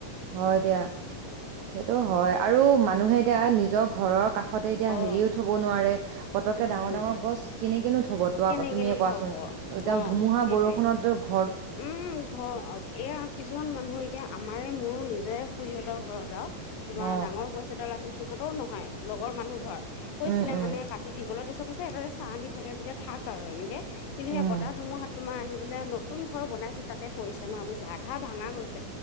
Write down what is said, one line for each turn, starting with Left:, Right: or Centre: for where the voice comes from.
Right: হয় এ দিয়া সেইটো হয় আৰু মানুহে এতিয়া নিজক। ঘৰৰ কাষতে এতিয়া
Left: অ
Right: হেৰিও থব নোৱাৰে। তে। পতককে
Left: নোৱাৰে
Right: ডাঙৰ
Left: নহয়
Right: ডাঙৰ গছ কেনে কিনো থব ত
Left: কেনেকেনো
Right: তুমিয়ে কোৱাচোন
Left: থব
Right: এ
Left: অ
Right: ধুমুহা
Left: সেইটোৱে
Right: বৰষুণতৌ।
Left: উম ধ এয়া কিছুমান মানুহ এতিয়া আমাৰে মোৰো নিজ। জয় সু ইহঁতৰ ঘৰত আও। তোমাৰ
Right: অ
Left: ডাঙৰ গছ এডাল আছিল। সিহঁতৰো নহয় লগৰ মানুহ ঘৰত। কৈছিলে
Right: উম উম
Left: মানে কাটি দিবলৈ। ছে এটাতে চাহ দি থাকে যেতিয়া থাক আৰু এনেকে। কিন্তু সেই
Right: উম
Left: বতাহ ধুমহাত তোমাৰ আহি। বোলে। নতুন ঘৰ বনাইছিল তাতে পৰিছে নহ বোইছা আধা ভাঙা গৈছিল।